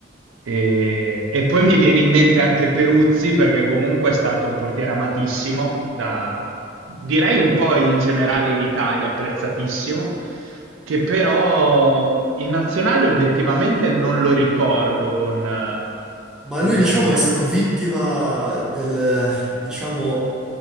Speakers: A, on the right (about 85°); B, in the centre.
A: E, e poi mi viene in mente anche Peruzzi perché comunque è stato un portiere amatissimo da, direi un po' in generale in Italia, apprezzatissimo, che però in nazionale obiettivamente non lo ricordo con, eh,
B: Ma
A: con
B: lui,
A: grandi...
B: diciamo, è stato vittima del, diciamo,